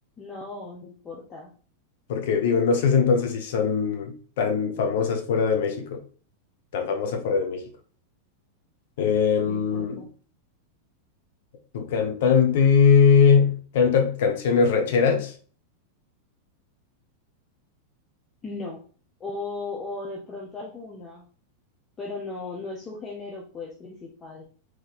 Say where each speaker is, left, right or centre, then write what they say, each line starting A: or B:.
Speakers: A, on the left; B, on the left.
A: No, no importa,
B: porque digo, no sé si entonces si son tan famosas fuera de México, tan famosa fuera de México. Em,
A: no importa.
B: tu cantante canta canciones rancheras.
A: No. O, o de pronto alguna, pero no, no es su género, pues, principal.